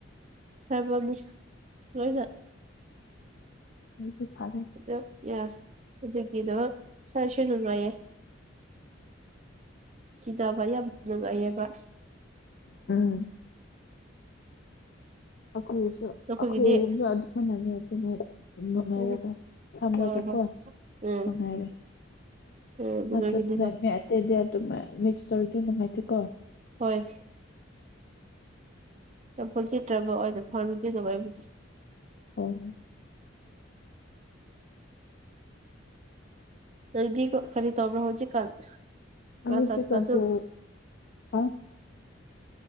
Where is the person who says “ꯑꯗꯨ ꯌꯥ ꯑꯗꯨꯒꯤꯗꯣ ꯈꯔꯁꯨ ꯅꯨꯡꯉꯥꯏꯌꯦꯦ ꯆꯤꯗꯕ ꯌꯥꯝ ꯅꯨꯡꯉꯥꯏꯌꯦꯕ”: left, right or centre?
Right